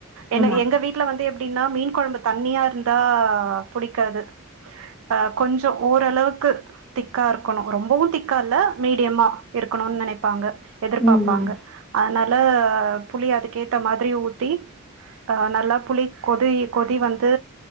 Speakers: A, on the right; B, in the centre.
A: என்ன
B: ஆமா
A: எங்க வீட்ல வந்து எப்டின்னா மீன் கொழம்பு தண்ணியா இருந்தா புடிக்காது அ கொஞ்சோ ஓரளவுக்கு திக்கா இருக்கணு ரொம்பவு திக்கா இல்ல மீடியமா இருக்கணுன் நெனைப்பாங்க எதிர்பாப்பாங்க
B: ம் ம்
A: அதனால புலி அதுக் ஏத்த மாத்ரி ஊத்தி ஆ நல்லா புளி கொதி கொதி வந்து